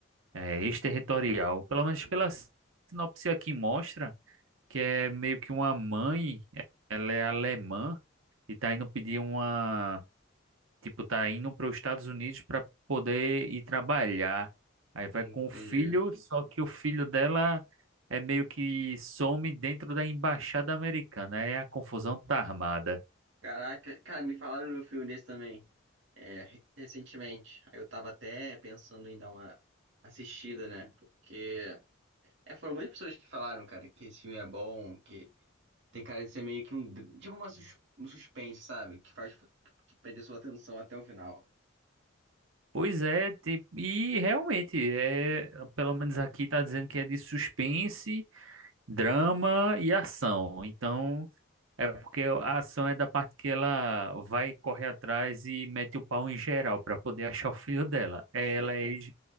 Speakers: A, on the right (about 75°); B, on the right (about 60°).
A: É Exterritorial. Pelo menos
B: Entendi.
A: pela sinopse aqui mostra que é meio que uma mãe, ela é alemã e tá indo pedir uma Tipo, tá indo para os Estados Unidos para poder ir trabalhar. Aí vai
B: Entendi.
A: com o filho, só que o filho dela é meio que some dentro da embaixada americana. Aí a confusão tá armada.
B: Caraca, cara, me falaram de um filme desse também, é, re- recentemente. Aí eu tava até pensando em dar uma assistida, né? Porque é, foram muitas pessoas que falaram, cara, que esse filme é bom, Tem cara de ser meio que um. dr- Tipo uma sus- um suspense, sabe? Que faz que perde a sua atenção até o final.
A: Pois é, tipo, e realmente é, pelo menos aqui tá dizendo que é de suspense, drama e ação. Então, é porque a ação é da parte que ela vai correr atrás e mete o pau em geral para poder achar o filho dela. é
B: <laughs>
A: Ela é ex-